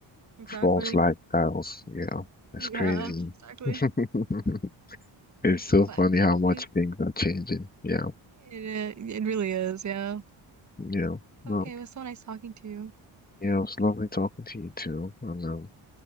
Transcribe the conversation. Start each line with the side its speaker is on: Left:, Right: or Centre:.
Right: exactly.
Left: false lifestyles. Yeah. It's
Right: Yeah,
Left: crazy.
Right: exactly.
Left: <laughs> It's so
Right: But
Left: funny how
Right: okay.
Left: much things are changing. Yeah.
Right: It, uh, it really is, yeah.
Left: Yeah. Well,
Right: Okay, it was so nice talking to you.
Left: yeah, it was lovely talking to you too. And um,